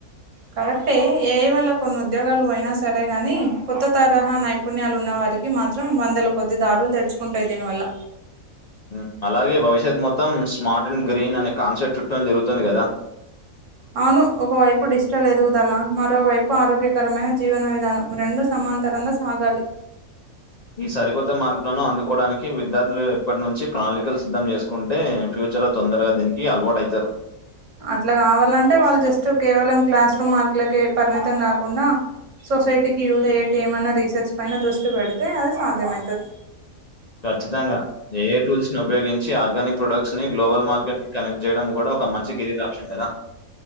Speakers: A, on the right; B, on the left.
A: కరెక్టే ఏఐ వల్ల కొన్ని ఉద్యోగాలు పోయినా సరే గాని కొత్త తరహా నైపు నైపుణ్యాలు ఉన్న వారికి మాత్రం వందల కొద్ది దారులు తెర్చుకుంటాయి దీనివల్ల
B: మ్మ్ అలాగే భవిష్యత్ మొత్తం స్మార్ట్ అండ్ గ్రీన్ అనే కాన్సెప్ట్ చుట్టును తిరుగుతుంది కదా
A: అవును ఒకవైపు డిస్టాల్ ఎదుగుదల మరోవైపు ఆరోగ్యకరమైన జీవన విధానం రెండు సమాంతరంగా ఆగాలి
B: ఈ సరికొత్త మార్పులను అందుకోవడానికి విద్యార్థులు ఇప్పట్నుంచి ప్రణాళికలు సిద్ధం చేస్కుంటే ఫ్యూచర్లో తొందరగా దీనికి అలవాటైతారు
A: అట్లా కావాలంటే వాళ్ళు జస్ట్ కేవలం క్లాస్ రూమ్ మార్కులకే పరిమితం కాకుండా సొసైటీకి యూజ్ అయ్యేటివి ఏమన్నా రీసర్చ్ పైన దృష్టి పెడ్తే అది సాధ్యమైతది
B: ఖచ్చితంగా ఏఐ టూల్స్ ని ఉపయోగించి ఆర్గానిక్ ప్రొడక్ట్స్ ని గ్లోబల్ మార్కెట్ కనెక్ట్ జేయడం గూడా ఒక మంచి కెరీర్ ఆప్షన్ గదా